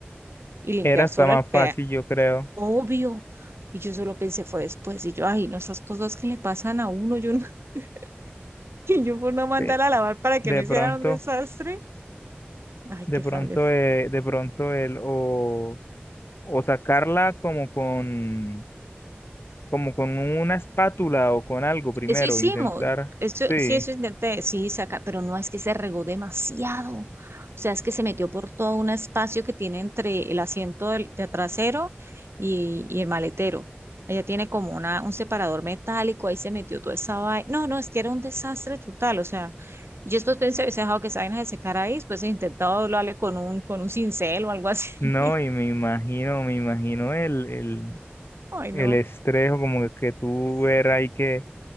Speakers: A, on the right (about 85°); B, on the left (about 70°).
A: y limpiar
B: Era hasta
A: solo
B: más
A: el
B: fácil,
A: pea.
B: yo creo,
A: Obvio. Y yo solo pensé, fue después. Y yo, ay, no, esas cosas que le pasan a uno, yo no, <laughs> y yo por no mandar
B: que
A: a lavar para que
B: de
A: no hicieran
B: pronto,
A: un desastre. Ay,
B: de
A: qué
B: pronto,
A: fallo.
B: eh, de pronto el, o, o sacarla como con, como con una espátula o con algo primero,
A: Eso hicimos,
B: intentar,
A: eso,
B: sí,
A: sí, eso intenté, sí, sacar, pero no es que se regó demasiado. O sea, es que se metió por todo un espacio que tiene entre el asiento del, de trasero y, y el maletero. Ella tiene como una, un separador metálico, ahí se metió toda esa vaina. No, no, es que era un desastre total. O sea, yo después pensé, hubiese dejado que esa vaina se secara ahí, después he intentado doblarle con un, con un cincel o algo así.
B: no, y me imagino, me imagino el, el,
A: <laughs> Ay,
B: el
A: no.
B: estrés o como que tú ver ahí que